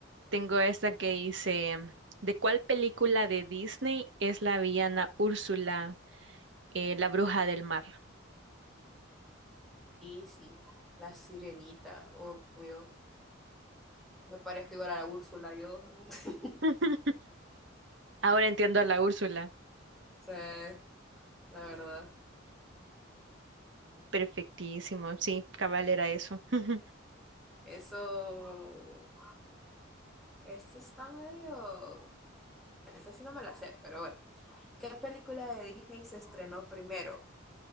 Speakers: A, on the right; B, in the centre.
A: tengo esta que dice, ¿de cuál película de Disney es la villana Úrsula, eh, la bruja del mar?
B: Y sí, la sirenita, obvio. Me parezco igual a la Úrsula, yo. <laughs>
A: <laughs> Ahora entiendo a la Úrsula.
B: O sea, la verdad.
A: Perfectísimo, sí, cabal era eso. <gasps>
B: Eso. Este está medio. Este sí no me la sé, pero bueno. ¿Qué película de Disney se estrenó primero?